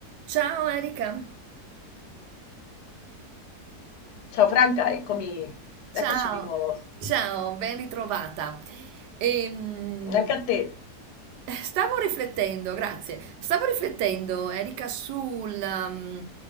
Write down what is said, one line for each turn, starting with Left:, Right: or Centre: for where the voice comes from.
Right: Ciao Erika,
Left: Ciao Franca, eccomi,
Right: Ciao,
Left: eccoci di nuovo.
Right: ciao, ben ritrovata. Ehm,
Left: Anche a te.
Right: stavo riflettendo, grazie, stavo riflettendo Erika sul, um,